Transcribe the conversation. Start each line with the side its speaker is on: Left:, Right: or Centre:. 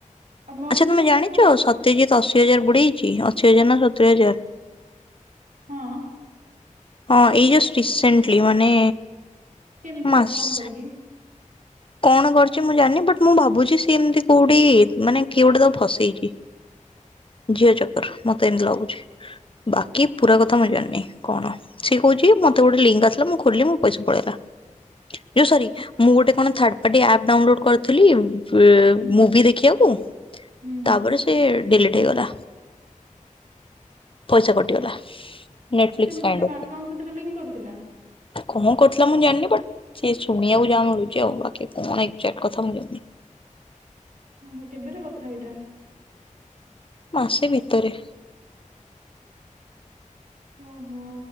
Right: ଆଉ ମନକୁ
Left: ଆଚ୍ଛା ତମେ
Right: ତ
Left: ଜାଣିଛ
Right: କେବେ ଖୋଲିବନି
Left: ସତ୍ୟଜିତ୍
Right: ନା
Left: ଅଶୀ ହଜାର ବୁଡେଇଛି। ଅଶୀ ହଜାର ନା ସତୁୁରୀ ହଜାର।
Right: ହଁ!
Left: ହଁ, ଏଇ ଜଷ୍ଟ ରିସେଣ୍ଟଲି ମାନେ
Right: କେମିତିକା
Left: ମାସେ।
Right: କଣ କରିକି
Left: କଣ କର ମୁଁ ଜାଣିନି ବଟ୍, ମୁଁ ଭାବୁଛି ସି ଏମିତି କୋଉଠି ମାନେ କିଏ ଗୋଟେ ତାକୁ ଫସେଇଛି। ଝିଅ ଚକର ମତେ ଏମତି ଲାଗୁଛି। ବାକି ପୁରା କଥା ମୁଁ ଜାଣିନି କଣ। ସିଏ କହୁଛି ମତେ ଗୋଟେ ଲିଙ୍କ ଆସିଲା ମୁଁ ଖୋଲିଲି ମୋ ପଇସା ପଳେଇଲା। ଯୋଉ ସରି ମୁଁ ଗୋଟେ କଣ ଥାର୍ଡ ପାର୍ଟି ଆପ ଡାଉନଲୋଡ କରିଥିଲି ବୁ-
Right: ହୁଁ
Left: ମୁଭି ଦେଖିବାକୁ
Right: ହୁଁ ହୁଁ
Left: ତାପରେ ସେ ଡିଲେଟ ହେଇଗଲା। ପଇସା କଟିଗଲା। ନେଟଫଲିକ୍ସ
Right: କେମିତି
Left: କାଇଣ୍ଡ
Right: ସେ କଣ
Left: ରୁ।
Right: ଆକାଉଣ୍ଟ ସେଥିରେ ଲିଙ୍କ୍ କରିଥିଲା?
Left: କଣ କରିୁଥିଲା ମୁଁ ଜାଣିନି ବଟ୍ ସେ ଶୁଣିବାକୁ ଜାହା ମିଳୁଛି ଆଉ ବାକି କଣ ଏକ୍ଜାକ୍ଟ କଥା ମୁଁ ଜାଣିନି।
Right: ହଁ- ହଁ, କେବେର କଥା ଏଇଟା?
Left: ମାସେ ଭିତରେ।
Right: ଓହୋ